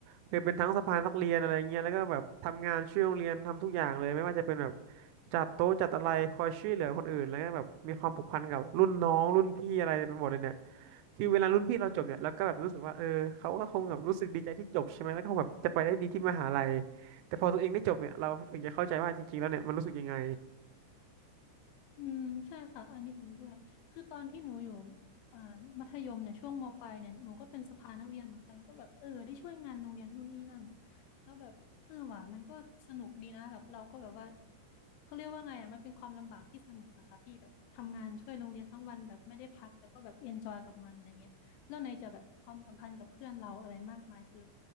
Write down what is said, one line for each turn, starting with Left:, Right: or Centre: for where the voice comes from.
Right: เคยเป็นทั้งสะพานนักเรียนอะไรเงี้ยแล้วก็แบบทำงานช่วยโรงเรียนทำทุกอย่างเลยไม่ว่าจะเป็นแบบจัดโต๊ะจัดอะไรคอยช่วยเหลือคนอื่นแล้วก็แบบมีความผูกพันกับรุ่นน้องรุ่นพี่อะไรไปหมดเลยเนี่ยคือเวลารุ่นพี่เราจบเนี่ยเราก็แบบรู้สึกว่าเออเขาก็คงแบบรู้สึกดีใจที่จบใช่ไหมแล้วก็คงแบบจะไปได้ดีที่มหาลัยแต่พอตัวเองได้จบเนี่ยเราถึงจะเข้าใจว่าจริงๆแล้วเนี่ยมันรู้สึกยังไง
Left: อืมใช่ค่ะอันนี้เห็นด้วยคือตอนที่หนูอยู่อ่อมัธยมเนี่ยช่วงมปลายเนี่ยหนูก็เป็นสภานักเรียนเหมือนกันก็แบบเออได้ช่วยงานโรงเรียนนู่นนี่นั่นแล้วแบบเออว่ะมันก็สนุกดีนะแบบเราก็แบบว่าเขาเรียกว่าไงอ่ะมันเป็นความลำบากที่สนุกนะคะพี่แบบทำงานช่วยโรงเรียนทั้งวันแบบไม่ได้พักแต่ก็แบบเอนจอยกับมันอะไรเงี้ยแล้วในจะแบบความสัมพันธ์กับเพื่อนเราอะไรมากมายคือ